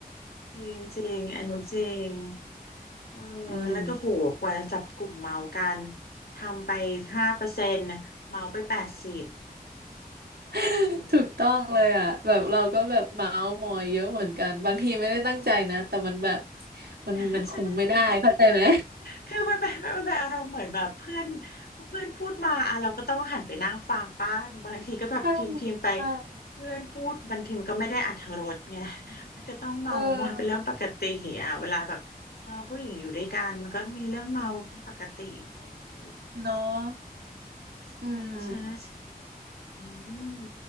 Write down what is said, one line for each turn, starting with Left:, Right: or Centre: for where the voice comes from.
Left: จริงจริงอันนี้จริงเออ
Right: อืม
Left: แล้วก็โหกว่าจะจับกลุ่มเมากันทำไปห้าเปอร์เซ็นต์เมาไปแปดสิบ
Right: <laughs>
Left: โอ้โห
Right: ถูกต้องเลยอ่ะแบบเราก็แบบเมาส์มอยเยอะเหมือนกัน บางทีไม่ได้ตั้งใจนะแต่มันแบบมันมันคุมไม่ได้เข้าใจไหม
Left: <laughs> ใช่คือมันเป็นมันเป็นอารมณ์เหมือนแบบเพื่อนเพื่อนพูดมาอ่ะเราก็ต้องหันไปนั่งฟังป้าบางทีก็แบบพิมพ์พิมพ์ไป
Right: ใช่ใช่
Left: เพื่อนพูดบางทีมันก็ไม่ได้อรรถรสไง <laughs> มันก็ต้องเมามอยเป็นเรื่องปกติอ่ะเวลาแบบเราผู้หญิงอยู่ด้วยกันมันก็มีเรื่องเมาเป็นปกติอยู่แล้ว
Right: เออเนาะ
Left: ใช่ใช่
Right: อืม
Left: อืม